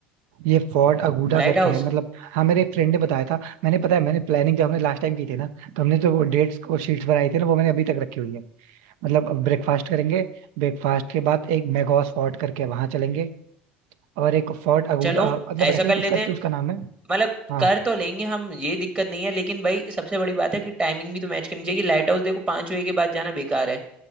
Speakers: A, on the right; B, on the right.
A: ये फोर्ट अगुडा
B: Light
A: करके
B: house
A: है मतलब हाँ मेरे एक फ्रेंड ने बताया था मैंने पता है मैंने प्लानिंग जब हमने लास्ट टाइम की थी ना तो हमने जो वो डेट्स को शीट्स बनाई थी ना वो मैंने अभी तक रखी हुई है मतलब ब्रेकफास्ट करेंगे ब्रेकफास्ट के बाद एक मेघोस फोर्ट करके वहां चलेंगे और एक फोर्ट अगुडा
B: चलो
A: मतलब
B: ऐसा
A: ऐसे
B: कर
A: ही कुछ
B: लेते
A: करके
B: हैं
A: उसका नाम है
B: मतलब
A: हाँ
B: कर तो लेंगे हम ये दिक्कत नहीं है लेकिन भाई सबसे बड़ी बात है कि टाइमिंग भी तो मैच करनी चाहिए लाइट हाउस देखो पांच बजे के बाद जाना बेकार है